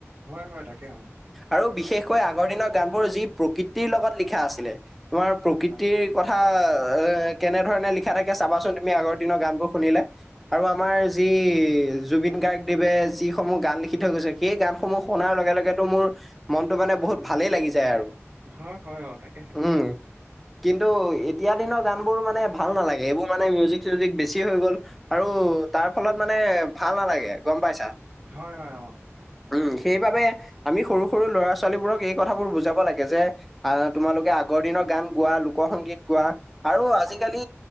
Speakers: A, on the right; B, in the centre.
A: হয় হয় তাকে
B: আৰু বিশেষকৈ আগৰ দিনৰ গান বোৰ যি প্ৰকৃতিৰ লগত লিখা আছিলে তোমাৰ প্ৰকৃতিৰ।
A: অ
B: কথা কেনেধৰণে লিখা থাকে চাবাচোন তুমি আগৰ দিনৰ গান বোৰ শুনিলে আৰু আমাৰ যি জুবিন গাৰ্গদেৱে যিসমূহ গান লিখি থৈ গৈছে সেই গানসমূহ শুনাৰ লগে লগেতো মোৰ মনটো মানে বহুত ভালেই লাগি যায় আৰু
A: হয় হয় হয়, অ তাকেহে
B: উম কিন্তু এতিয়া দিনৰ গান বোৰ মানে ভাল নালাগে এইবোৰ মানে মিউজিক চিউজিক বেছি হৈ গ'ল। আৰু তাৰ ফলত মানে ভাল নালাগে গম পাইছা।
A: হয় হয় অ হয়
B: উম সেইবাবে আমি সৰু সৰু ল'ৰা ছোৱালীবোৰক এই কথাবোৰ বুজাব লাগে যে আ তোমালোকে আগৰ দিনৰ গান গোৱা লোক সংগীত গোৱা আৰু আজিকালি